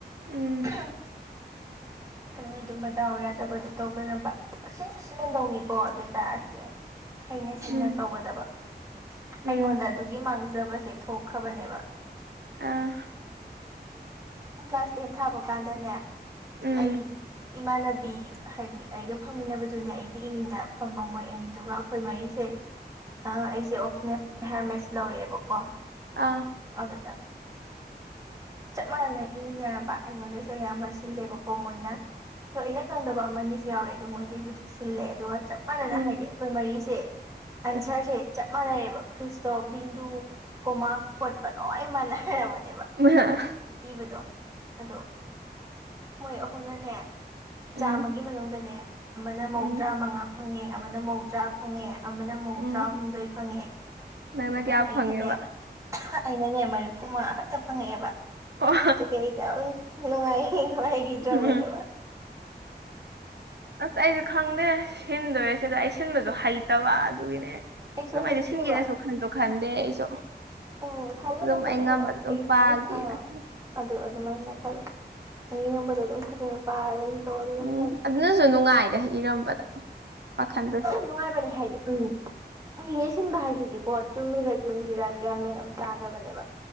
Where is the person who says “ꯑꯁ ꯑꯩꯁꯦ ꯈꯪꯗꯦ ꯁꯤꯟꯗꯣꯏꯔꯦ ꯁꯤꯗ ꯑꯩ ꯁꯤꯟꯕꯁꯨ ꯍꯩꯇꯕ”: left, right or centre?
Right